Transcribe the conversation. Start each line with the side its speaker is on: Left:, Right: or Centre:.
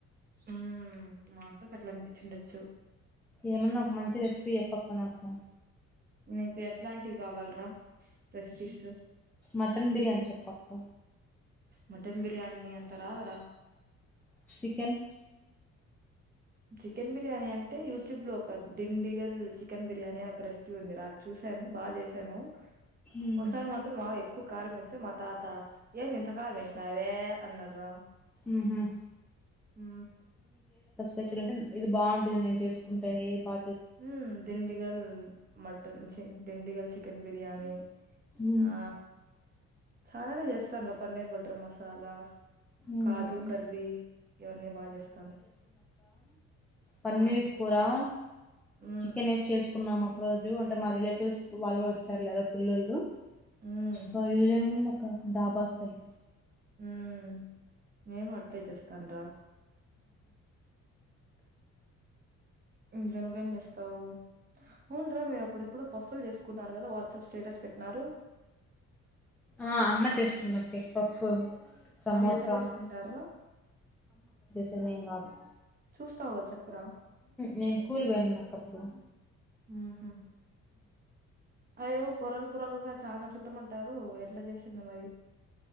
Right: మ్ మా అక్క కట్లా అనిపించిండొచ్చు
Centre: ఏమన్నా ఒక మంచి రెసిపీ చెప్పక్క నాకు
Right: నీకు ఎట్లాంటివి కావాల్రా రెసిపీస్
Centre: మటన్ బిర్యానీ చెప్పక్క
Right: మటన్ బిర్యానిి అంత రాద్ర
Centre: చికెన్
Right: చికెన్ బిర్యానీ అంటే యూట్యూబ్ లో ఒక దిండిగల్ చికెన్ బిర్ బిర్యానీ లో ఒక రెసిపీ ఉంది రా చూశాను బాగా చేశాను
Centre: ఉమ్,
Right: ఒకసారి మాత్రం మాకు ఎక్కువ కారంమేస్తే మా తాత ఏం ఇంత కారం వేసినావే అన్నాడ్ రా
Centre: ఉహు
Right: మ్
Centre: నచ్చినంటె ఇది బాగుంటుది నేను చేసుకుంటేది బా
Right: ఉమ్ దిండీగల్ మటన్ చి దిండీగల్ చిక కెన్ బిర్యాణి
Centre: ఉమ్,
Right: ఆ చాలానే చేస్తార్గా పన్నీర్ బటర్ మసాలా
Centre: ఉమ్.
Right: కాజు కర్రీ ఇవన్నీ బాగ చేస్తాను
Centre: పన్నిర్
Right: హ్మ్
Centre: కూరా
Right: హ్మ్
Centre: చికెన్ వేస్ చేసుకున్నాం ఒక రోజు అంటే మా రిలేటివ్స్ వాళ్ళు కూడ వచ్చారు లేదా పిల్లలు
Right: హ్మ్
Centre: బళ్లె ఉందక్క దాబస్తయి
Right: మ్ నేను అట్టే చేస్తాన్ రా ఇంకా నువ్వేం చేస్తావు ఉంటరా మీరు అప్పుడెప్పుడు పఫ్ఫులు చేసుకున్నారు కదా వా వాట్సప్ స్టేటస్ పెట్టినారు
Centre: ఆ అమ్మ చేస్తుందండి పఫ్ సమోసా
Right: అవి ఎట్ల చేసుకుంటార్ రా
Centre: అే నేను కాదు
Right: చూస్తావు కదా చెప్పురా
Centre: నేను స్కూల్ పోయి నానప్పుడు
Right: ఆహ అయెవో పొరలు పొరలుగా చాలా చుట్టమంటారు ఎట్ల చేసింది మరి